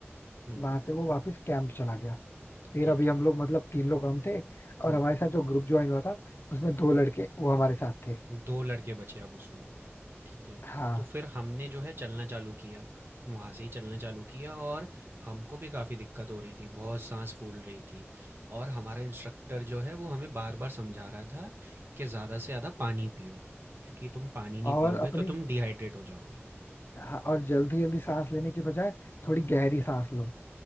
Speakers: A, on the right; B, on the left.
A: हुँ,
B: वहां से वो वापस कैंप चला गया फिर
A: ठीक
B: अभी हम
A: है।
B: लोग मतलब तीन लोग हम थे और
A: हुँ,
B: हमारे साथ जो ग्रुप ज्वाइन हुआ था उसमें दो लड़के वो हमारे साथ थे
A: 2 लड़के बचे अब उसमें। ठीक है।
B: हाँ
A: तो फिर हमने जो है चलना चालू किया। वहाँ से ही चलना चालू किया और हमको भी काफ़ी दिक्कत हो रही थी, बहुत साँस फूल रही थी और हमारा इंस्ट्रक्टर जो है वो हमें बार-बार समझा रहा था कि ज़्यादा से ज़्यादा पानी पियो, क्योंकि तुम पानी नहीं
B: और
A: पियोगे
B: अपनी
A: तो तुम डिहाइड्रेट हो जाओगे।
B: हाँ, और जल्दी जल्दी सांस लेने के बजाय थोड़ी गहरी सांस लो